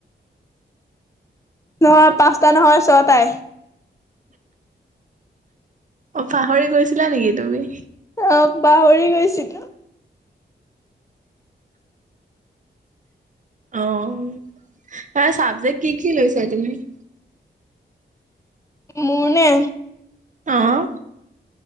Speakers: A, on the left; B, on the right.
A: নহয় পাঁচটা নহয় ছয়টাই
B: অঁ পাহৰি গৈছিলা নেকি তুমি।
A: অঁ পাহ ৰি গৈছিলো।
B: অঁ, তাৰ চাবজেক্ট কি- কি লৈছা তুমি।
A: মোৰনে?
B: অঁ